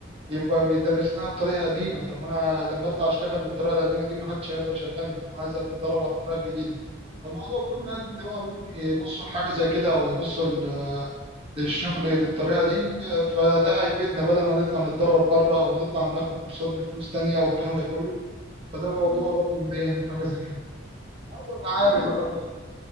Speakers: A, on the right; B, on the left.
A: يبقى بيدرسنا بطريقه قديمه طب انا لما اطلع اشتغل بالطريقه القديمه دي محدش هيرضى يشغلني طب انا عايز اتدرب على الطريقه الجديده فالموضوع كله
B: مم.
A: يعني ان هو ممكن يبصوا لحاجه زي كده او يبصوا ل- للشغل بالطريقه دي فده هيفيدنا بدل ما نطلع نتدرب بره او نطلع ناخد كورسات بفلوس تانية والكلام ده كله فده موضوع
B: مم.
A: برضه مضايقني في حاجه زي كده برضه المعامل
B: انا هو بالرغم
A: <laughs>